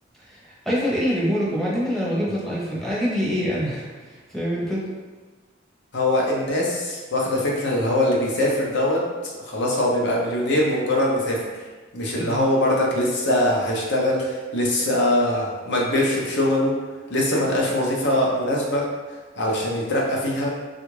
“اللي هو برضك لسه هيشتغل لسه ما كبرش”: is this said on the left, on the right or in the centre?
Left